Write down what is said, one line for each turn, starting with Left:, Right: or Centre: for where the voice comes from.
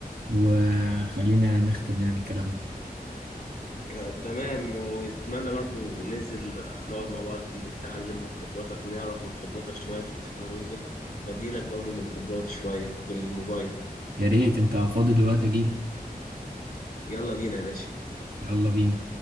Right: وخلينا نختم يعني كلامنا
Left: آه، تمام واتمنى برضو ننزل آه، نقعد مع بعض نتعلم من خبراتك نعرف من خبراتك شوية في التكنولوجيا وادي لك برضو من خبراتي شوية في الموبايل
Right: يا ريت انت فاضي دلوقتي اجيلك
Left: يلا بينا يا باشا
Right: يلا بينا